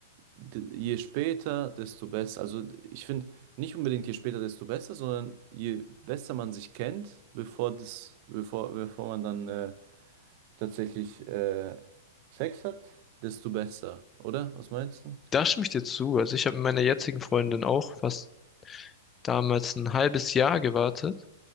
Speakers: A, on the right; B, on the left.
A: d- je später, desto besser. Also ich finde nicht unbedingt je später, desto besser, sondern je besser man sich kennt, bevor das, bevor, bevor man dann äh, tatsächlich äh, Sex hat, desto besser, oder? Was meinst du?
B: Da stimme ich dir zu. Also ich habe mit meiner jetzigen Freundin auch fast damals ein halbes Jahr gewartet.